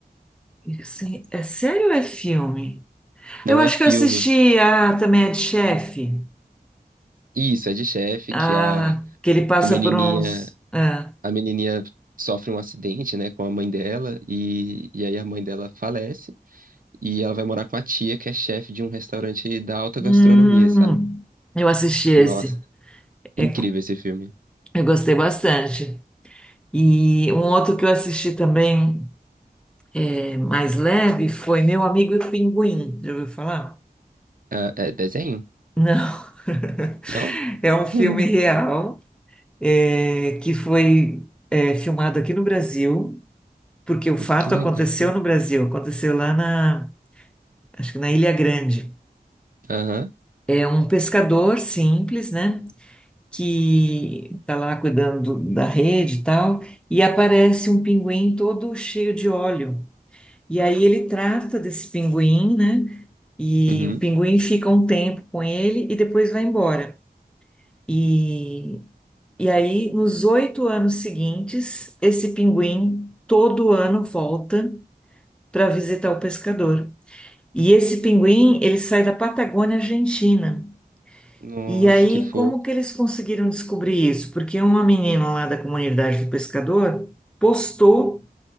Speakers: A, in the centre; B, on the right.
A: Sim, é sério ou é filme?
B: Não
A: Eu acho
B: é filme.
A: que eu assisti a também a de chefe.
B: Isso, é de chefe
A: Ah,
B: que a,
A: que ele passa
B: a menininha,
A: por uns. ah,
B: a menininha sofre um acidente, né, com a mãe dela e, e aí a mãe dela falece. E ela vai morar com a tia, que é chefe de um restaurante da alta
A: hum,
B: gastronomia, sabe?
A: eu assisti esse.
B: Nossa,
A: É,
B: incrível esse filme.
A: eu gostei bastante. E um outro que eu assisti também é, mais leve foi Meu Amigo Pinguim. Já ouviu falar?
B: Ah, é desenho?
A: Não. <laughs>
B: Não?
A: É um filme
B: <laughs>
A: real é, que foi é, filmado aqui no Brasil, porque o fato
B: Que legal.
A: aconteceu no Brasil, aconteceu lá na acho que na Ilha Grande.
B: Aham.
A: É um pescador simples, né? Que está lá cuidando do- da rede e tal, e aparece um pinguim todo cheio de óleo. E aí ele trata desse pinguim, né? E
B: Uhum.
A: o pinguim fica um tempo com ele e depois vai embora. E, e aí, nos oito anos seguintes, esse pinguim todo ano volta para visitar o pescador. E esse pinguim, ele sai da Patagônia Argentina.
B: Nossa,
A: E aí,
B: que fofo.
A: como que eles conseguiram descobrir isso? Porque uma menina lá da comunidade do pescador postou